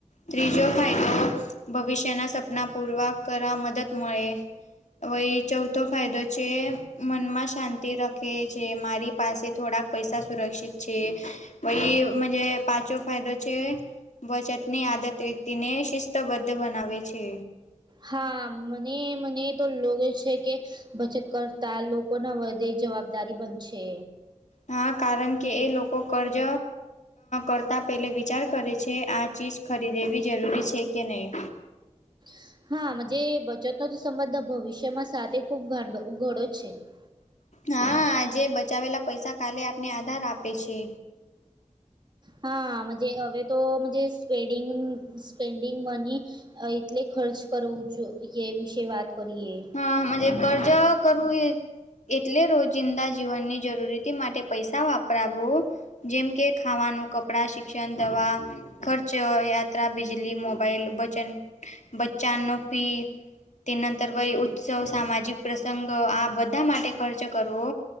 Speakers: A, on the left; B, on the right.
A: ત્રીજો ફાયદો ભવિષ્યના સપના પૂર્વાર કરવા મદદ મળે. હ એ ચૌથો ફાયદો છે મનમાં શાંતિ રાખે જે મારી પાસે થોડાક પૈસા સુરક્ષિત છે વઈ મજે પાંચવો ફાયદો છે. બચતની આદત વ્યક્તિને શિસ્તબદ્ધ બનાવે છે.
B: હા મને મને તો લોગે છે કે બચત કરતા લોકોના વધે જવાબદારી બનશે.
A: હા કારણ કે એ લોકો કર્જ કરતાં પહેલે વિચાર કરે છે આ ચીજ ખરીદેવી જરૂરી છે કે નહીં
B: <unintelligible>
A: હા આજે બચાવેલા પૈસા કાલે આપને આધાર આપે છે.
B: હા મજે હવે તો મજે સ્પેડીંગ સ્પેન્ડિંગ મની એટલે ખર્ચ કરવું જોઈએ એ વિશે વાત કરીએ.
A: હા મજે કરજા કરું એ એટલે રોજિંદા જીવનની જરૂરતી માટે પૈસા વાપરાવવો જેમ કે ખાવાનું કપડા શિક્ષણ દવા ખર્ચ યાત્રા બિજલી મોબાઈલ બચન બચ્ચા નો ફી તે નંતર ભાઈ ઉત્સવ સામાજિક પ્રસંગ આ બધા માટે ખર્ચ કરવો